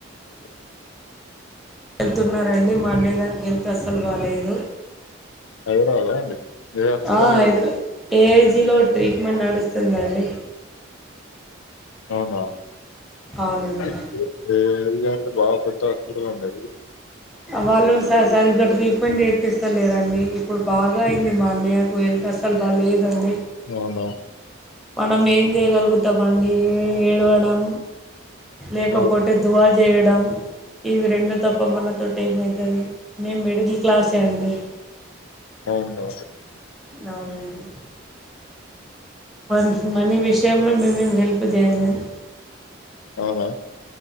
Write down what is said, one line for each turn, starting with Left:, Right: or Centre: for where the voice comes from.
Left: <unintelligible>
Centre: వెళ్తున్నారండి మా అన్నయ్య గారికి హెల్త్ అస్సలు బాలేదు
Left: హైదరాబాదా అండి ఏ హాస్పిటల్
Centre: ఆ హైదరాబాద్
Left: అండి
Centre: ఏఐజీలో ట్రీట్మెంట్ నడుస్తుందండి
Left: అవునాఏఐజి
Centre: అవునండి
Left: అంటే బాగా పెద్ద హాస్పిటల్ అండి ఆది
Centre: వాళ్ళు సరిగ్గా ట్రీట్మెంట్ చేపిస్తలేరండి ఇప్పుడు బాగా అయింది మా అన్నయ్య ఇప్పుడు హెల్త్ అస్సలు బాలేదండి
Left: అవునా
Centre: మనం ఏం చేయగలుగుతామండి ఏడవడం లేకపోతే
Left: ఆ
Centre: దువా చేయడం ఇవి రెండు తప్ప మనతో ఏమై మీము మిడిల్ క్లాస్ అండి
Left: అవునా
Centre: అవునండి మ మనీ విషయంలో మీము ఎం హెల్ప్ చేయలేము
Left: అవునా